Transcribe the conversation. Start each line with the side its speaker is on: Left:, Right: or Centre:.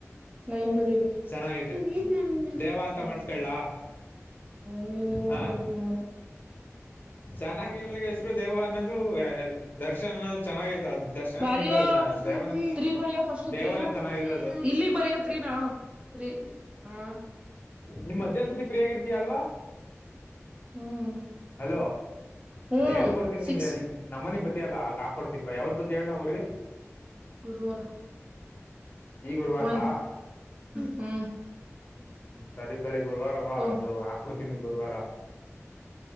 Right: ನಾನ್ ಬರಿಲಿ
Left: ಚೆನ್ನಾಗೈತೆ
Right: ಹ್ಮ
Left: ದೇವ ಅಂತ ಮಾಡ್ಸ್ಕೊಳ್ಳಾ
Right: ನೀ ನೀ ಒಂಂತರ
Left: ಹಾ
Right: ಸುಮಾನ
Left: ಚೆನ್ನಾಗಿಲ್ ಮನಗೆ ಹೆಸರು ದೇವ ಅನ್ನೋದು ದರ್ಶನ್ ಅನ್ನೋದು ಚೆನ್ನಾಗೈತ ಅದು ದರ್ಶನ್ಗಿಂತ
Right: ಬಾರಯ
Left: ದೇವನೇ ಚೆನ್ನಾಗಿ
Right: ತ್ರೀ ಬರಿಯ ಫಸ್ಟ್
Left: ದೇವನೇ
Right: ತ್ರೀನ
Left: ಚೆನ್ನಾಗಿರೋದು
Right: ಇಲ್ಲಿ ಬರಿಯ ತ್ರೀ ತ್ರತ್ರೀ ಹ
Left: ನಿಮ್ ಮಧ್ಯಾಹ್ನ್ ಸತಿ ಫ್ರೀ ಆಗಿರ್ತೀಯ ಅಲ್ವಾ
Right: ಹ್ಮ್
Left: ಹಲೋ
Right: ಹ್ಮ್
Left: ನಾನು ಹೇಳ್ಕೊಡ್ತೀನಿ
Right: ಸಿಕ್ಸ್
Left: ನಿಗೆ ನೀನ್ ನಮ್ಮನಿ ಬಟ್ಟಿ ಅಲ್ಲ ಆಗ ಹಾಕೊಡ್ತೀನ್ ಬಾ ಯಾವತ್ ಬತ್ ಹೇಳಳ್ನ ಅವಊ್ರಿಗೆ
Right: ಗುರುವರುವಾರ
Left: ಈ ಗುರುವಾರ್ಲಾ
Right: ಒನ್ ಹ್ಮ್
Left: ಹ್ಮ್ ಸರಿ ಸರಿ ಗುರುವಾರ ಬಾ
Right: ಟೂ
Left: ಅದು ಹಾಕ್ಬಡ್ತೀನಿ ಗುರುವಾರ